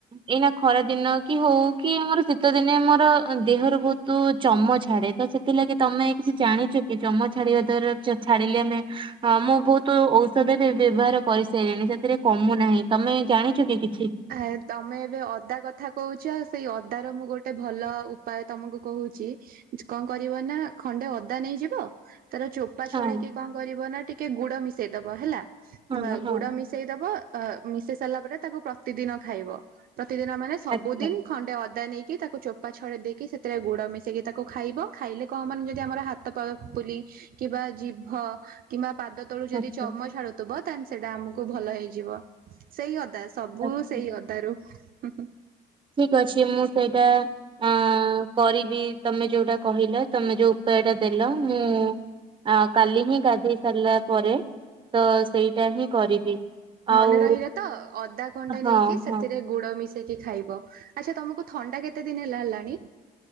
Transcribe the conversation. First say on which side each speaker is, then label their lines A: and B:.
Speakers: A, on the right; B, on the right.
A: ଏଇନା ଖରା ଦିନ କି ହଉ କି ମୋର ଶୀତ ଦିନେ ମୋର ଦେହରୁ ବହୁତ ଚମ ଛାଡେ ତ ସେଥିଲାଗି ତମେ କିଛି ଜାଣିଛ କି ଚମ ଛାଡିବା ଦ୍ଵାରା ଛାଡିଲେ ଆମେ ମୁଁ ବହୁତ ଔଷଧ ବି ବ୍ୟବହାର କରିସାରିଲିଣି ସେଥିରେ କମୁନାହିଁ ତମେ ଜାଣିଛ କି କି
B: ଆ ତମେ ଏବେ ଅଦା କଥା କହୁଛି ଆଉ ସେଇ ଅଦ ର ମୁଁ ଗୋଟେ ଭଲ ଉପାୟ ତମକୁ କହୁଛି କଣ କରିବ ନା ଖଣ୍ଡେ ଅଦା ନେଇଯିବ। ତାର ଚୋପା
A: ହଁ
B: ଛଡେଇକି କଣ କରିବ ନା ଟିକେ ଟେ ଗୁଡ ମିଶେଇ ଦବ ହେଲା।
A: ହଁ
B: ହ
A: ହଁ।
B: ଗୁଡ ମିଶେଇ ଦବ। ଅ ମିଶି ସାରିଲା ପରେ ତାକୁ ପ୍ରତିଦିନ ଖାଇବ। ପ୍ରତିଦିନ ମାନେ ସବୁଦିନ
A: ଆଚ୍ଛା
B: ଖଣ୍ଡେ ଅଦା ନେଇକି କି ତାକୁ ଚୋପା ଛଡ ଦେଇକି ସେଥିରେ ଗୁଡ ମିଶେଇକି ତାକୁ ଖାଇବ। ଖାଇଲେ କଣ ମାନ ଯଦି ଆମର ହାତପୁଲି କିବା ଜିଭ କିମ୍ବା ପାଦ ତଳୁ ଯଦି
A: ଆଚ୍ଛା
B: ଚମ ଛଡୁଥିବ ତା ସେଇଟା ଆମକୁ ଭଲ ହେଇଯିବ। ସେଇ ହଦାସ ସବୁ
A: ଆଚ୍ଛା।
B: ସେଇ ଅଦାରୁ। ହୁଁ ହୁଁ।
A: ଠିକ ଅଛି ମୁଁ ସେଇଟା ଅ କରିବି ତମେ ଯୋଉଟା କହିଲ ତମେ ଯୋଉ ଉପାୟ ଟା ଦେଲ ମୁଁ କାଲି ହିଁ ଗାଧୋଇ ସାରିଲା ପରେ ତ ସେଇଟା ହିଁ କରିବି। ଆଉ
B: ମନେ ରହିଲା ତ ଅଧା ଖଣ୍ଟେ
A: ହଁ
B: ନେଇକି ସେଥିରେ
A: ହଁ
B: ଗୁଡ ମିଶ କି ଖାଇବ ଆଚ୍ଛା ତମକୁ ଥଣ୍ଡା କେତେ ଦିନ ହେଲା ହେଲାଣି